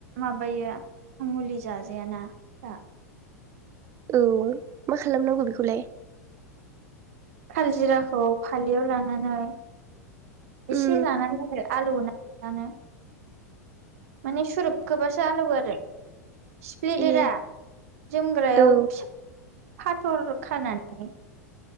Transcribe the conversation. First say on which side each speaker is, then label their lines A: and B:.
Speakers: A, on the right (about 60°); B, on the right (about 30°).
A: माबायो मुलि जाजायाना दा।
B: औ मा खालामनांगौ बेखौलाय?
A: काल जिराखौ फालियाव लानानै एसे
B: उम
A: लानानै आलैयोना। <unintelligible> नो माने सु सुरोपखोबासो आलौ आरो सिफ्लेदोरा
B: ए
A: जोमग्रायाव
B: औ
A: फिसा फाथर खानानै